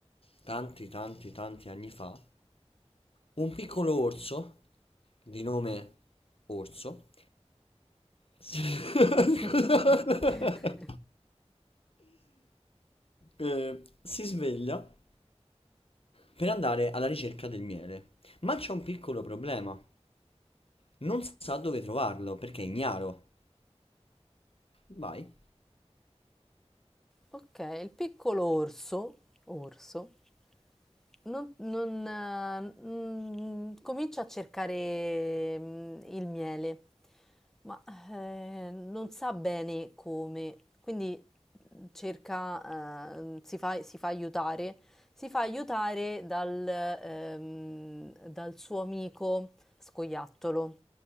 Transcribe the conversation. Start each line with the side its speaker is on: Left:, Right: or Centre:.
Left: tanti, tanti, tanti anni fa, un piccolo orso, di nome Orso, si, <laughs>
Centre: <laughs>
Left: Scusa. Eh, si sveglia per andare alla ricerca del miele, ma c'è un piccolo problema. Non sa dove trovarlo perché è ignaro. Vai.
Centre: Ok, il piccolo orso, orso Non, non, eh, mm, comincia a cercare mm, il miele, ma eh, non sa bene come, quindi cerca, eh, si fa, si fa aiutare, si fa aiutare dal, ehm, dal suo amico scoiattolo,